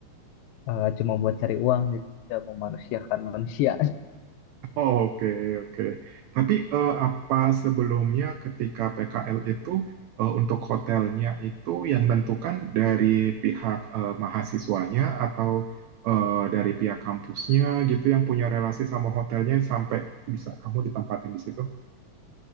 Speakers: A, on the left (about 85°); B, on the right (about 85°).
A: eh, cuma buat cari uang, jadi tidak memanusiakan manusia.
B: Oh, oke, oke. Tapi eh, apa sebelumnya ketika PKL itu eh, untuk hotelnya itu yang menentukan dari pihak eh, mahasiswanya atau eh, dari pihak kampusnya gitu yang punya relasi sama hotelnya sampai bisa kamu ditempatin di situ?